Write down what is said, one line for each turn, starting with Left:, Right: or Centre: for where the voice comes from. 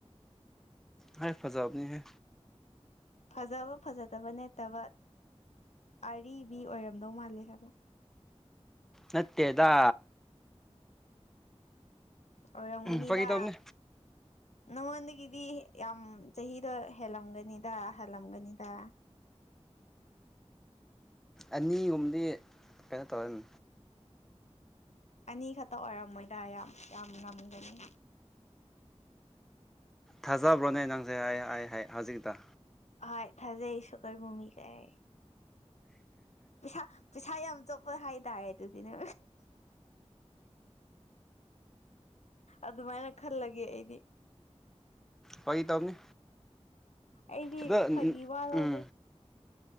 Centre: ꯑꯩ ꯐꯖꯥꯕꯅꯤ ꯍꯦ
Left: ꯐꯖꯕ ꯐꯖꯗꯕ ꯅꯠꯇꯕ ꯑꯔꯤꯕꯤ ꯑꯣꯏꯔꯝꯗꯧ ꯃꯥꯜꯂꯦ ꯍꯥꯏꯕ
Centre: ꯅꯠꯇꯦꯗꯥ
Left: ꯑꯣꯢꯔꯝꯒꯅꯤꯗ
Centre: ꯐꯥꯒꯤ ꯇꯧꯕꯅꯤ
Left: ꯅꯉꯣꯟꯗꯒꯤꯗꯤ ꯌꯥꯝ ꯆꯍꯤꯗꯣ ꯍꯦꯜꯂꯝꯒꯅꯤꯗ ꯍꯜꯂꯝꯒꯅꯤꯗ <inaudible>
Centre: ꯑꯅꯤꯒꯨꯝꯕꯗꯤ ꯀꯩꯅꯣ ꯇꯧꯔꯦ
Left: ꯑꯅꯤ ꯈꯛꯇ ꯑꯣꯏꯔꯝꯃꯣꯏꯗ ꯌꯥꯝ ꯌꯥꯝ ꯂꯝꯒꯅꯤ
Centre: ꯊꯥꯖꯕ꯭ꯔꯣꯅꯦ ꯅꯪꯁꯦ ꯑꯩ ꯍꯥꯏ ꯍꯥꯏ ꯍꯧꯖꯤꯛꯇ
Left: ꯍꯣꯢ ꯊꯥꯖꯩꯏ ꯁꯨꯒꯔ ꯃꯤꯃꯤ ꯀꯥꯏ ꯄꯤꯁꯥ ꯄꯤꯁꯥ ꯌꯥꯝ ꯆꯣꯞ ꯍꯣꯏ ꯍꯥꯏ ꯇꯥꯔꯦ ꯑꯗꯨꯗꯤꯅꯦ ꯑꯗꯨꯃꯥꯏꯅ ꯈꯜꯂꯒꯦ ꯑꯩꯗꯤ
Centre: ꯐꯥꯒꯤ ꯇꯧꯕꯅꯤ
Left: ꯑꯩꯗꯤ
Centre: ꯑꯗꯣ
Left: ꯐꯥꯒꯤ ꯋꯥ ꯂꯧꯗꯦ
Centre: ꯎꯝ